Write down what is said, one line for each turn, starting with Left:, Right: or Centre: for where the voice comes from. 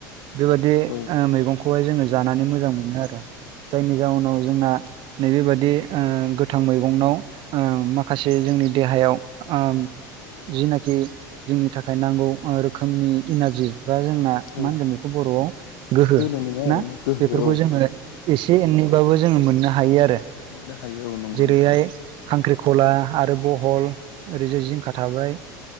Right: बेबायदि
Left: औ
Right: ओ मैगं खौहाय जोङो जानानै मोजां मोनो आरो जायनि जाउनाव जोंना नैबेबादि ओ गोथां मैगंनाव ओ माखासे जोंनि देहायाव ओ
Left: <unintelligible>
Right: जिनाखि जोंनि थाखाय नांगौ ओ रोखोमनि इनारजि बा जोंना
Left: औ
Right: मा होनगोन बेखौ बर'आव गोहो
Left: बोलो मोनो आरोना
Right: ना
Left: गोहो
Right: बेफोरखौ
Left: औ
Right: जोङो एसे एननैबाबो जोङो मोननो हायो आरो।
Left: मोननो हायो औ नंगौ
Right: जेरैहाय
Left: नोंथां।
Right: खांख्रिखला आरो बहल ओरैजाय जिंखा थाबाय।